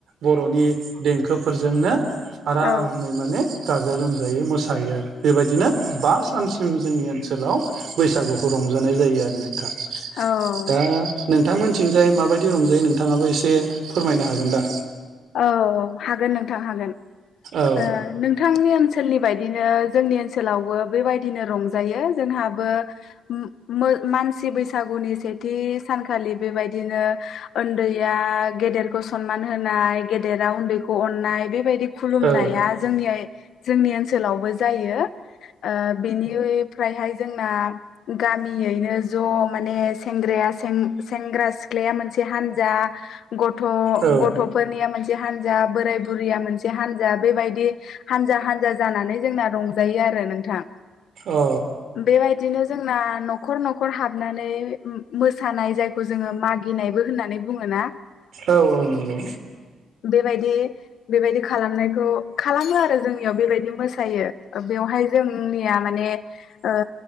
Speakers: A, on the right; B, on the left.
A: बर'नि देंखोफोरजोंनो आरामै
B: औ
A: माने गाजा गोमजायै मोसायो आरो बेबायदिनो बा सानसिम जोंनि ओनसोलाव बैसागुखौ रंजानाय जायो आरो नोंथां
B: औ
A: दा नों थांमोनथिंजाय माबायदि रंजायो नोंथाङाबो एसे फोरमायनो हागोन दा?
B: औ हागोन नोंथां हागोन।
A: औ
B: ओ नोंथांनि ओनसोलनि बायदिनो जोंनि ओनसोलावबो बेबाय दिनो रंजायो जोंहाबो उम मो मानसि बैसागुनि सेथि सानखालि बेबायदिनो उन्दै या गेदेरखौ सनमान होनाय। गेदेरा उन्दैखौ अननाय बेबायदि खुलुमनाया
A: औ
B: जोंनि जोंनि ओनसोलावबो जायो ओ बेनिफ्रायहाय जोंना गामियैनो ज' माने सेंग्राया सें सेंग्रा सिख्लाया मोनसे हानजा गथ'
A: औ
B: गथ'फोरनिया मोनसे हानजा बोराय बुरिया मोनसे हानजा बेबायदि हानजा हानजा जानानै जोंना रंजा यो आरो नोंथां।
A: औ
B: बेबायदिनो जोंना नखर न खर हाबनानै उम मोसानाय जायखौ जोङो मागिनायबो होननानै बुङो ना?
A: औ औ नंगौ।
B: बेबायदि बेबायदि खालामनायखौ खालामो आरो जोंनियाव बेबायदि मोसायो बेवहाय जोंनिया माने ओ